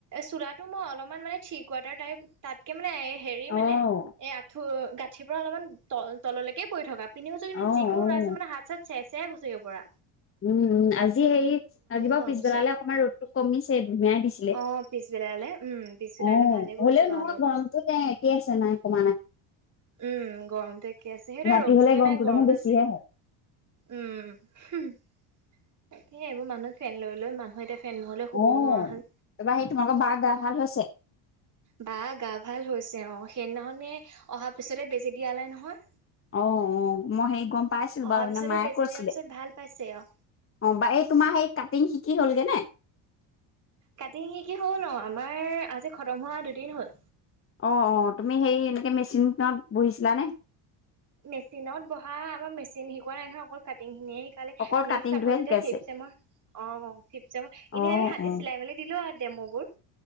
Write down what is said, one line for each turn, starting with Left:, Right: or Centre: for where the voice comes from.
Right: চোলাটো মই অলপমান মানে ঠিক ৱাটাৰ টাইপ তাতকে। মানে হেৰি
Left: অ',
Right: মানে এ আঁঠু গাঁঠিৰ পৰা অলপমান তল তললৈকে পৰি থকা। পিন্ধিছো
Left: অ',
Right: কিন্তু যিকোনো
Left: অ',
Right: নাইছে মানে হাত চাত চেৰ চেয়াই গৈচেগে পোৰা।
Left: উম উ আজি হেৰি আজি বাৰু
Right: গৰম
Left: পিছবেলালে
Right: হৈছে
Left: অকণমান ৰ'দটো কমিছে ধুনীয়াই দিছিলে।
Right: অ পিছবেলালে উম পিছবেলালে
Left: অ
Right: ভালে কৰিছো
Left: হ'লেও
Right: বাৰু
Left: নহয়
Right: অলপ
Left: গৰমটো তে একেই আছে নাই কমা নাই।
Right: উম গৰমটো একে আছে হে য়া
Left: ৰাতি
Right: ৰ'দটোহে
Left: হ'লে
Right: নাই গৰমটো
Left: দেখোন বেছিহে
Right: আছে
Left: হয়,
Right: উম। তাকে এইবোৰ মানুহ ফেন লৈ লৈ মানুহ এতিয়া ফেন্ নহ'লে শুবও
Left: অ',
Right: নোৱাৰা হ'ল।
Left: তাৰপৰা সেই তোমালোকৰ বাৰ গা ভাল হৈছে?
Right: বা গা ভাল হৈছে অ সেইদিনাখননে অহা পিছতে বেজি দিয়া লেই নহয়।
Left: অ অ মই সেই গম পাইছিলো
Right: অহাৰ
Left: বাৰু সেইদিনা
Right: পিছতে
Left: মায়ে
Right: বেজি
Left: কৈছিলে।
Right: দিয়াৰ পিছত ভাল পাইছে আৰু
Left: অ বা এই তোমাৰ সেই কাটিং শিকি হ'লগে নে?
Right: কাটিং শিকি হ'ল অ আমাৰ আজি খতম হোৱা দুদিন হ'ল।
Left: অ অ তুমি সেই এনেকে মেচিনত বহিছিলানে?
Right: মেচিনত বহা আমাৰ মেচিন শিকোৱা নাই নহয়, অকল কাটিং খিনি
Left: অকল
Right: নেক্সট্
Left: কাটিংটোহে
Right: আকৌ যেতিয়া
Left: শিকাইছে।
Right: ফিফট চেমৰ অ ফিফট চেমৰ
Left: অ',
Right: এনেই আমি হাতে
Left: অ',
Right: চিলাই মেলি দিলো আও। ডেমুবোৰ।